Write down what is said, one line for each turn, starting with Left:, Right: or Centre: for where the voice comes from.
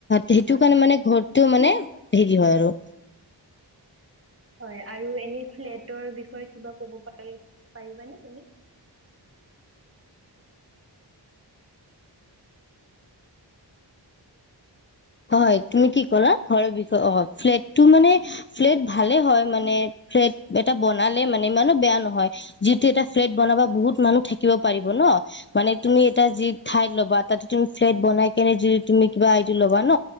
Left: সেইটো
Right: হয়
Left: কাৰণে মানে ঘৰত। টো মানে হেৰি হয় আৰু।
Right: হয় আৰু এনে ফ্লেট। বিষয়ে কিবা কব পাৰি পাৰিবানে তুমি।
Left: হয় তুমি কি ক'লা ঘৰৰ বিষয়ে অ ফ্লেটটো মানে ফ্লেট ভালে হয় মানে ফ্লেট এটা বনালে মানে ইমানো বেয়া নহয় যিটো এটা ফ্লেট বনাবা বহুত মানুহ থাকিব পাৰিব ন মানে তুমি এটা যি ঠাইত ল'বা তাতে তুমি ফ্ বনাই কেনে তুমি কিবাই ল'ব। হোৱা ন